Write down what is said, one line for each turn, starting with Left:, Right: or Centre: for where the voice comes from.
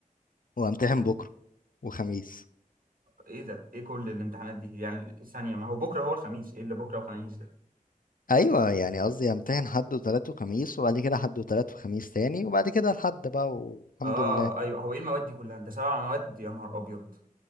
Left: وامتحن بكرة وخميس
Right: ايه ده ايه كل الامتحانات دي يعني ثانيه ما هو بكره هو الخميس ايه اللي بكره وخميس ده
Left: ايوه يعني قصدي امتحن حد وتلات وخميس وبعد كده حد وتلات وخميس تاني وبعد كده الحد بقى والحمد
Right: اه
Left: لله
Right: ايوه هو ايه المواد دي كلها انت سبع مواد يا نهار ابيض